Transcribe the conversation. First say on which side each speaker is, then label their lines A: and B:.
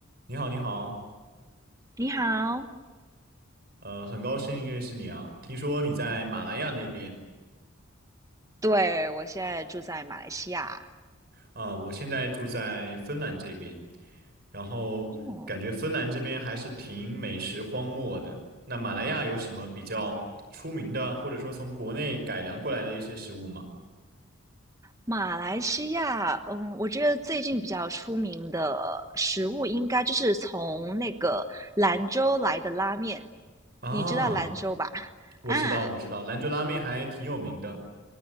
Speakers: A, on the right; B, on the right.
A: 你好，你好，
B: 你好，
A: 呃，很高兴认识你啊。听说你在马来亚那边
B: 对，我现在住在马来西亚。
A: 啊，我现在住在芬兰这边，然后感觉芬兰这边还是挺美食荒漠的。
B: 哦，
A: 那马来亚有什么比较出名的，或者说从国内改良过来的一些食物吗？
B: 马来西亚，嗯，我觉得最近比较出名的食物应该就是从那个兰州来的拉面，
A: 啊，
B: 你知道兰州吧？<laughs>
A: 我知道，
B: 啊，
A: 我知道，兰州拉面还挺有名的。